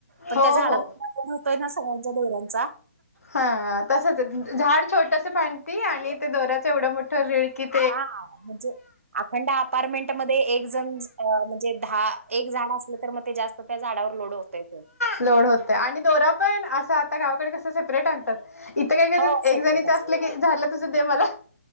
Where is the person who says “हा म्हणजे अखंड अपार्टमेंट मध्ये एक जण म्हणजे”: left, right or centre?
Right